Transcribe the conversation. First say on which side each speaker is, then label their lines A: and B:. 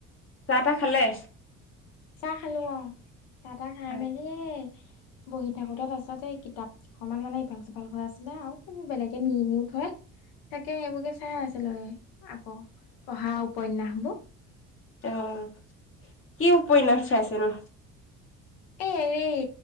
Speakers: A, on the left; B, on the left.
A: চাহ-তাহ খালে?
B: চাহ খালোঁ অ'! চাহ-তাহ খাই
A: অ
B: মেলিয়ে, বহি থাকোঁতে, তাৰপাছতে কিতাপ অকমান মানে, ইফাল-সিফাল হৈ আছিলে আৰু। সেইবোৰ বেলেগে নি-নিওঁ থয়। তাকে, এইবোৰকে চাই আছিলোঁ, এই। আকৌ, পঢ়া উপন্যাসবোৰ।
A: অ'! কি উপন্যাস চাইছেনো?
B: এই এনেই।